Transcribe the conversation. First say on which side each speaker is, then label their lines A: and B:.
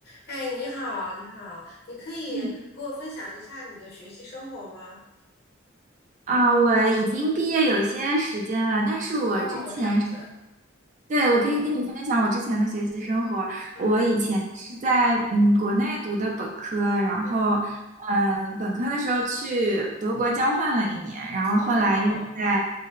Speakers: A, on the left; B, on the right.
A: 哎，你好，你好，你可以给我分享一下你的学习生活吗？
B: 嗯啊，我已经毕业有些时间了，但是我之前是
A: 哦，这样子，
B: 对，我可以跟你分享我之前的学习生活。
A: 嗯
B: 我以前是在嗯国内读的本科，然后
A: 嗯，
B: 嗯、呃本科的时候去德国交换了一年，然后后来又在
A: 哦